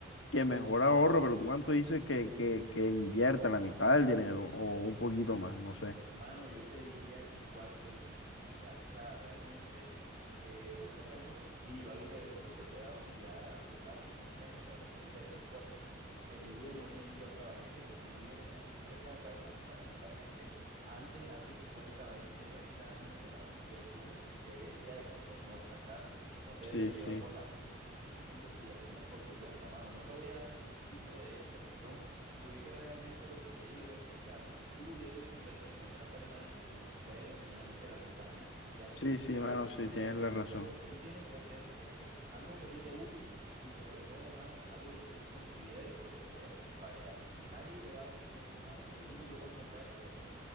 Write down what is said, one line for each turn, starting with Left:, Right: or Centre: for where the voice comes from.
Left: que mejor ahorro, pero tú cuánto dices que, que, que invierta la mitad del dinero o un poquito más, no sé.
Right: Mano, yo te diría que un cuarto del dinero, ya. O sea, realmente eh, búscate algo sencillo, algo que de pronto te pueda dar utilidades a largo plazo. Piensa en estrategias que de pronto a ti te ayuden hoy en día, o sea, vainas que se estén moviendo, ya. No inviertas en vainas muertas, en vainas que antes, hace 50, 20, 30 años eran el boom y que hoy en día de pronto no están dando. No te
Left: Sí,
Right: dejes
Left: sí,
Right: llevar por la gente. Haz investigaciones por tu cuenta, mano. No te voy a dar ningún tipo de inversión porque es que realmente lo que te digo es que, o sea, si tú, yo te doy una inversión y mañana sale mal, entonces puede que mañana me eches las culpas a mí, ¿ya?
Left: sí, sí,
Right: Entonces
Left: mano,
Right: yo
Left: sí,
Right: te voy
Left: tienes
Right: a decir,
Left: la
Right: o sea,
Left: razón.
Right: lo que tú tienes que hacer es que algo que a ti te guste y sobre todo, mano, algo que tú consideres con lo que puedes triunfar, ya. Nadie te va a decir eso, mano. El único que puede encontrar eso eres tú.